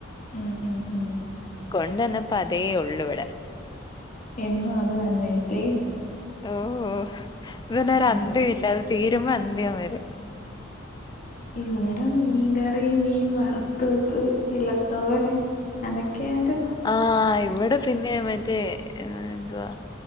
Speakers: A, on the left (about 40°); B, on the left (about 20°).
A: ഉം ഉം ഉം
B: കൊണ്ടന്നപ്പോ അതേ ഉള്ളുയിവിടെ.
A: എന്നും അത് തന്നെ <unintelligible>
B: ഓഹ് ഇതന്നോരു
A: ഇവി
B: അന്ത്യോഇല്ല അത് തീരുമ്പോ അന്ത്യം വരും.
A: ഇവിടെ മീൻ കറി, മീൻ വറത്തത് ഇലത്തോരൻ അതൊക്കെയായിരുന്നു
B: ആഹ് ഇവിടെ പിന്നെ മറ്റേ ഏ എന്തുവാ